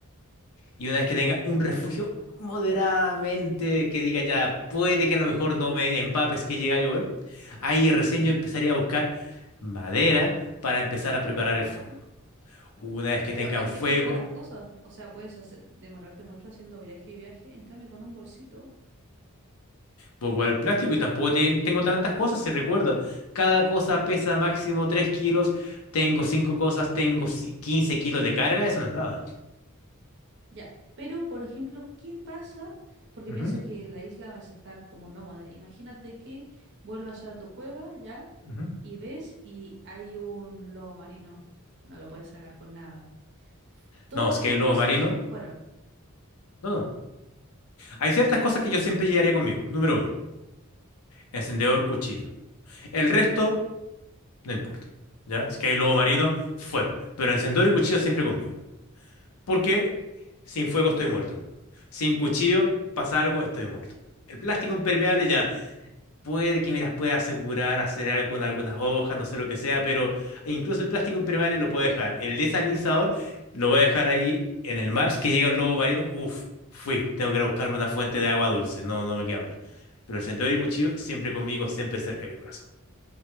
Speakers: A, on the left; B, on the right.
A: y una vez que tenga un refugio moderadamente que diga ya, puede que a lo mejor no me empapes que llega a llover, ahí recién
B: ujú,
A: yo empezaría a buscar madera para empezar a
B: ya.
A: preparar el fuego. Una vez que
B: Pero
A: tengan
B: ¿en
A: fuego,
B: qué te lleva las cosas? O sea, puedes hacer- demorarte mucho haciendo viaje y viaje, en cambio con un bolsito.
A: voy a guardar el plástico y tampoco ten- tengo tantas cosas, se recuerda. Cada cosa pesa máximo 3 kilos, tengo 5 cosas, tengo ci- 15 kilos de carga, eso no es nada.
B: Ya. Pero, por ejemplo, ¿qué pasa? Porque
A: Ujú,
B: piensa que en la isla vas a estar como nómade. Imagínate que vuelvas a tu cueva ya
A: ujú.
B: y ves y hay un lobo marino. No lo puedes sacar con nada. F- Todas
A: No, si es que
B: tus
A: hay lobo
B: cosas
A: marino.
B: fueron.
A: No, no. Hay ciertas cosas que yo siempre llevaría conmigo. Número uno, encendedor, cuchillo. El resto No importa. ¿Ya? Si que el lobo marino, fueron. Pero encendedor y cuchillo siempre conmigo. Porque sin fuego estoy muerto. Sin cuchillo pasa algo, estoy muerto. El plástico impermeable ya puede que me las pueda asegurar, hacer algo con algunas hojas, no sé lo que sea, pero incluso el plástico impermeable lo puedo dejar. El desalinizador lo voy a dejar ahí en el mar. Si que llega un lobo marino, uff, fui. Tengo que ir a buscar una fuente de agua dulce. No, no me queda otra. Pero encendedor y cuchillo siempre conmigo, siempre cerca de mi corazón.